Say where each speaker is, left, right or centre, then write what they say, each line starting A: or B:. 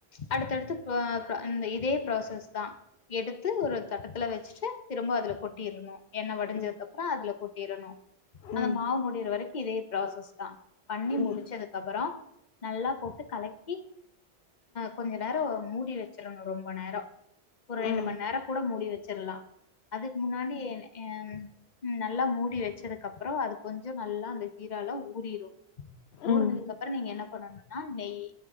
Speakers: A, on the left; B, on the left.
A: அடுத்தடுத்து இந்த இதே ப்ராசஸ் தா எடுத்து ஒரு தட்டத்துல வச்சுட்டு திரும்ப அதுல கொட்டிரணோ எண்ண வடிஞ்சதுக்கப்புறோ
B: ம்
A: அதுல கொட்டிரணோ அந்த
B: ம்
A: மாவு முடியிற வரைக் இதே ப்ராசஸ் தா பண்ணி
B: ம்
A: முடிச்சது அப்ரோ நல்லா போட்டு கலக்கிஹ கொஞ்ச நேரம் மூடி வெச்சிரணோ ரொம்ப நேரோ ஒரு ரெண்டு
B: ம் ம் ம்
A: மண் நேரோ கூட மூடி வெச்சிரலா அதுக்கு முன்னாடி அ ம் ம் நல்லா மூடி வச்சதுக் கப்றோ அது கொஞ்சோ நல்லா அந்த ஜீரால ஊரிரோ ஊறனதுக்கப்பறொ
B: ம் ம்
A: நீங்க என்ன பண்ணனோ அ நெய்